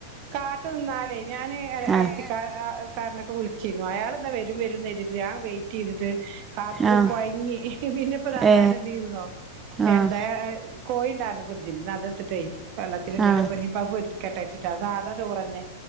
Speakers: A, on the right; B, on the right.
A: കാത്തു നിന്നാലേ ഞാന്
B: ആഹ്
A: ഇറച്ചിക്ക രനൊക്കെ വിളിച്ചിരുന്നു അയാൾ എന്നാ വരും വരും നേരിട്ട് ഞൻ വെയിറ്റ് ചെയ്തിട്ട് കാത്ത
B: ആഹ്
A: കൊഴങ്ങി പിന്നപ്പ ദാ
B: ഏ
A: ഞാൻ എന്ത് ചെയ്‌തൊന്നോ
B: ആഹ്
A: എന്താ കോയിയുണ്ടായിരുന്നു പൊരിച്ചത് പിന്ന അതെടുത്തിട്ടേ വെള്ളത്തില ഇട്ടിട്ട്
B: ആഹ്
A: ഇ ഇീ പ കെട്ടയച്ചിട്ടാ സാധാ ചോറ്ന്നെ